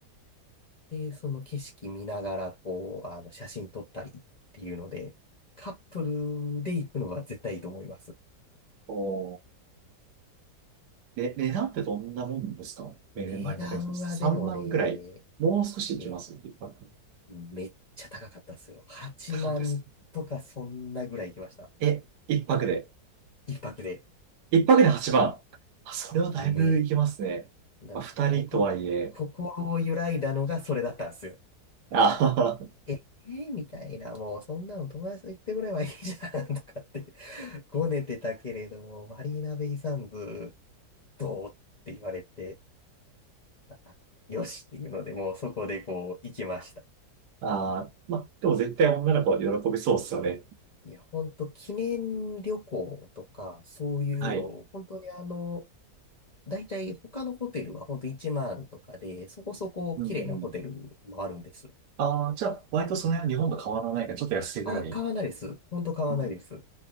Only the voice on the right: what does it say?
おー、ね、値段ってどんなもんですかメ年前のベースです。
3万ぐらい。もう少し行きます一泊。
高かったですね。え、一泊で。
一泊で8万。あ、それはだいぶ行きますね。
まあ、二人とはいえ。
あはは
ああ、まあ、でも絶対女の子は喜びそうっすよね。
はい。
うん。ああ、じゃあ、割とその辺は日本と変わらないから、ちょっと安いぐらい。
うん。